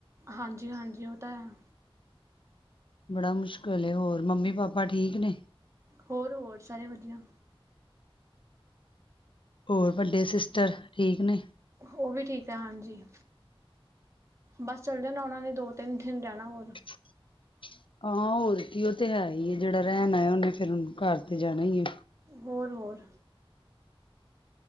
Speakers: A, on the right (about 30°); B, on the left (about 60°).
A: ਹਾਂਜੀ ਹਾਂਜੀ ਉਹ ਤਾਂ ਹੈ।
B: ਬੜਾ ਮੁਸ਼ਕਿਲ ਏ ਹੋਰ ਮੰਮੀ ਪਾਪਾ ਠੀਕ ਨੇ।
A: ਹੋਰ ਹੋਰ ਸਾਰੇ ਵਧੀਆ।
B: ਹੋਰ ਵੱਡੇ ਸਿਸਟਰ ਠੀਕ ਨੇ।
A: ਉਹ ਵੀ ਠੀਕ ਐ ਹਾਂਜੀ। ਬਸ ਚੱਲ ਜਾਣਾ ਓਨਾਂ ਨੇ ਦੋ ਤਿੰਨ ਦਿਨ ਰਹਿਣਾ ਹੋਰ
B: <inaudible> ਆ ਹੋਰ ਕੀ ਉਹ ਤੇ ਹੈ ਹੀ ਜਿਹੜਾ ਰਹਿਣ ਆਇਆ ਉਹਨੇ ਫੇਰ ਘਰ ਤੇ ਜਾਣਾ ਹੀ ਹੈ।
A: ਹੋਰ ਹੋਰ